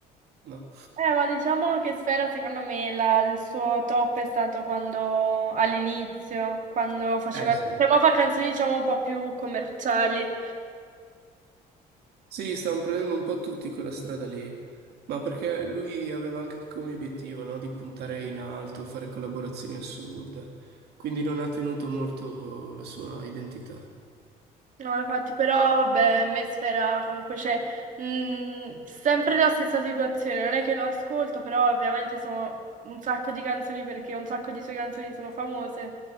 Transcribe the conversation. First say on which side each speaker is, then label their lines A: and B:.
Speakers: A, on the right; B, on the right.
A: no.
B: eh, ma diciamo che Sfera secondo me la- il suo top è stato quando all'inizio, quando faceva,
A: Eh sì.
B: cioè, mo fa canzoni diciamo un po' più commerciali.
A: Sì, stanno prendendo un po' tutti quella strada lì, ma perché lui aveva anche come obiettivo, no, di puntare in alto, fare collaborazioni assurde, quindi non ha tenuto molto la sua identità.
B: No, infatti, però, vabbè, Mesfera comunque c'è mh, sempre la stessa situazione, non è che lo ascolto, però ovviamente sono un sacco di canzoni perché un sacco di sue canzoni sono famose